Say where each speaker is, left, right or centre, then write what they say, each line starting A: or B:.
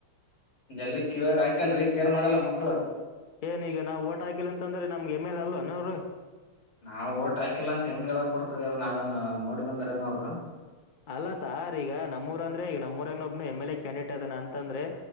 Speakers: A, on the left; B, on the left.
A: ಜಲ್ದಿ ಕಿವ್ಯಾಗ ಹಾಕ್ಯಲ್ರರಿ ಕೇರ್ ಮಾಡಲ್ಲ ಮಕ್ಕಳ.
B: ಏನೀಗ ನಾವ ಓಟ ಹಾಕಿಲ್ಲ ಅಂತದ್ರ ನಮಗ ಎಮ್ಮೆಲ್ಲೇ ಅಲ್ಲ ಏನ್ ಅವರು.
A: ನಾವ್ ಓಟ್ ಹಾಕಿಲ್ಲ ಅಂತ ಹೆಂಗ ಹೇಳಕ್ ಬರ್ತದ ಹೇಳ ನಾವೇನ್ ನೋಡಿ ಬಂದರೆನ್ ಅವ್ರು.
B: ಅಲ್ಲ ಸಾರ್ ಈಗ ನಮ್ಮೂರ ಅಂದ್ರೆ ಈಗ ನಮ್ಮೂರನೊಬ್ನ ಎಮ್ಮೆಲ್ಲೇ ಕ್ಯಾಂಡೇಟ್ ಅದನ ಅಂತಂದ್ರೆ.